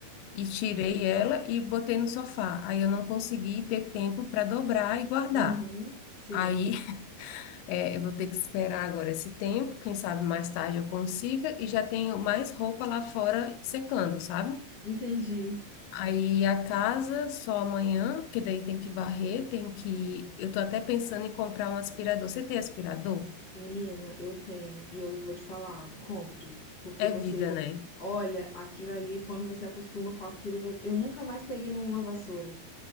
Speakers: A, on the left (about 85°); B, on the left (about 30°).
A: e tirei ela e botei no sofá. Aí eu não consegui ter tempo para dobrar e guardar.
B: Uhum. Sim.
A: Aí <laughs> é, eu vou ter que esperar agora esse tempo, quem sabe mais tarde eu consiga e já tenho mais roupa lá fora secando, sabe?
B: Entendi.
A: Aí a casa só amanhã, porque daí tem que varrer, tem que. Eu tô até pensando em comprar um aspirador. Você tem aspirador?
B: Menina, eu tenho e eu vou te falar, compre, porque
A: É
B: você
A: vida, né?
B: olha aquilo ali, quando você acostuma com aquilo, eu nunca mais peguei numa vassoura.